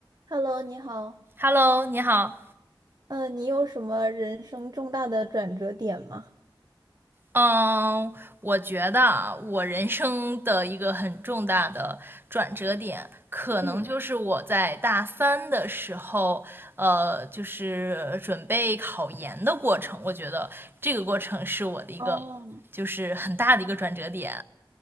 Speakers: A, on the right (about 50°); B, on the right (about 25°).
A: Hello，你好。
B: Hello，你好。
A: 嗯，你有什么人生重大的转折点吗？
B: 嗯，我觉得啊，我人生的一个很重大的转折点，可能就是我在大三的时候，
A: 嗯，
B: 呃，就是准备考研的过程。我觉得这个过程是我的一个，
A: 哦，
B: 就是很大的一个转折点。